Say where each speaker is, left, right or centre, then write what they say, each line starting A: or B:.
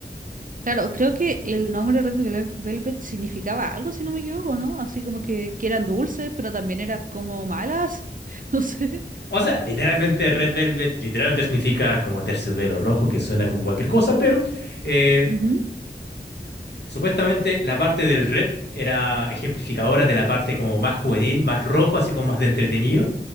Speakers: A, on the right (about 50°); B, on the left (about 65°).
A: Claro, creo que el nombre Red Vel- Velvet significaba algo, si no me equivoco, ¿no? Así como que, que eran dulces, pero también eran como malas, <laughs> no sé.
B: O sea, literalmente Red Velvet literalmente significa como terciopelo rojo, que suena como cualquier cosa, pero eh,
A: Ujú.
B: supuestamente la parte del red era ejemplificadora de la parte como más juvenil, más rojo, así como más de entretenido,